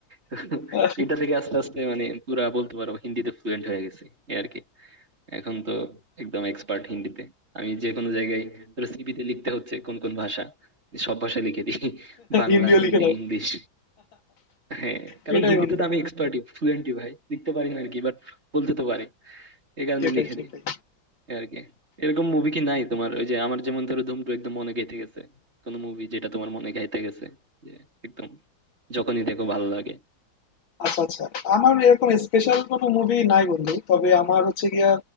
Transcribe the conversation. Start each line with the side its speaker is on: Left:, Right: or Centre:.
Right: <laughs>
Left: <laughs>
Right: এটা থেকে আস্তে আস্তে মানে পুরা বলতে পারো হিন্দিতে ফ্লুয়েন্ট হয়ে গেছি এই আর কি এখন তো একদম এক্সপার্ট হিন্দিতে আমি যে কোনো জায়গায় ধরো সিভিতে লিখতে হচ্ছে কোন কোন ভাষা সব ভাষা লিখে দিই বাংলা
Left: হিন্দিও
Right: হিন্দি
Left: লিখে দাও
Right: ইংলিশ হ্যাঁ কারণ
Left: সেটাই
Right: হিন্দিতে
Left: বন্ধু
Right: তো আমি এক্সপার্টই ফ্লুয়েন্টই ভাই লিখতে পারি না আর কি বাট বলতে তো পারি এই কারণে
Left: সেটাই
Right: লিখে
Left: সেটাই
Right: দিই এই আর কি এরকম মুভি কি নাই তোমার ওই যে আমার যেমন ধরো ধুম টু একদম মনে গেঁথে গেছে কোন মুভি যেটা তোমার মনে গাইতে গেছে যে একদম যখনই দেখো ভালো লাগে
Left: আচ্ছা আচ্ছা আমার এরকম স্পেশাল কোনো মুভি নাই বন্ধু তবে আমার হচ্ছে গিয়া